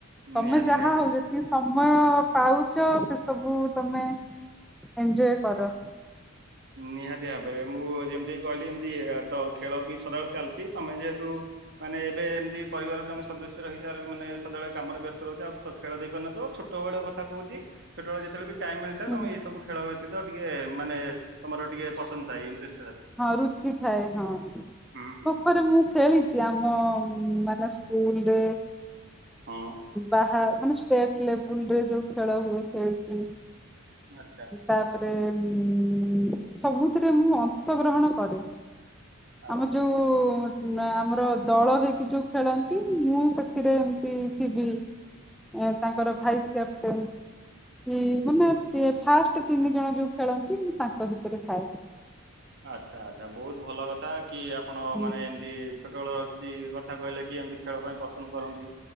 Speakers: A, in the centre; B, on the right.
A: ତମେ
B: ନିହାତି
A: ଯାହା
B: ନିହାତି।
A: ହଉ ଯେତିକି ସମୟ ପାଉଛ ସେ ସବୁ ତମେ ଏଞ୍ଜୟ କର।
B: ନିହାତି ଭାବରେ, ମୁଁ ଯେମିତି କହିଲି ଏମିତି ତ ଖେଳ ବି ସଦାବେଳଳେ ଚାଲିଛି ତମେ ଯେହେତୁ ମାନେ ଏବେ ଏମିତି ପରିବାର ଜଣେ ସଦସ୍ୟ ର ହି ସାବରେ ମାନେ ସଦାବେଳେ କାମରେ ବ୍ୟସ୍ତ ରହୁଛି ଆଉ ତ ଖେଳ ଦେଇପାରନ୍ତୁ। ଛୋଟବେଳଆ କଥା କହୁଛି। ସେତେବେଳେ ଯେତେବେଳେ ବି ଟାଇମ୍ ମିଳିଥାଏ
A: ହୁଁ
B: ତମେ ଏଇ ସବୁ ଖେ ବ୍ୟତୀତ ଟିକେ ମାନେ ତମର ଟିକେ ପନ୍ଦ ଇଟରେଷ୍ଟ।
A: ହଁ ରୁଚି ଥାଏ, ହଁ
B: ହୁଁ ହୁଁ
A: ସତରେ ମୁଁ ଖେଳିଛି ଆମ ଉ ମାନେ ସ୍କୁଲ
B: ହଁ
A: ବାହା ମାନେ ଷ୍ଟେଟ ଲେବୁଲ ରେ ଯୋଉ ଖେଳ ହୁଏ ଖେଳିଛି
B: ଆଚ୍ଛା
A: ତାପରେ ହୁଁ ସବୁଥିରେ ମୁଁ ଅଂଶଗ୍ରହଣ କରେ।
B: ଆଚ୍ଛା
A: ଆମର ଯୋଉ
B: ଆଚ୍ଛା
A: ଆମର ତ ଦଳ ହେଇକି ଯୋଉ ଖେଳନ୍ତି ମୁଁ ସେଥିରେ ଏମତି ଥିବି। ଏ ତାଙ୍କର ଭାଇସ୍ କ୍ୟାପଟେନ୍। ଇ ମାନେ‌ ତି ଫାଷ୍ଟେ ତିନି ଜଣ ଯୋଉ ଖେଳନ୍ତି ମୁଁ ତାଙ୍କ ଭିତରେ ଥାଏ।
B: ଆଚ୍ଛା ଆଚ୍ଛା ବୋହୁତ ଭଲ କଥା କି ଆପଣ
A: ହୁଁ।
B: ମାନେ ଏମତି ଛୋଟ ଏଳ ଚି କଥା କହିଲେ କି ଏମତି ଖେଳ ପାଇଁ ପସନ୍ଦ କରନ୍ତି।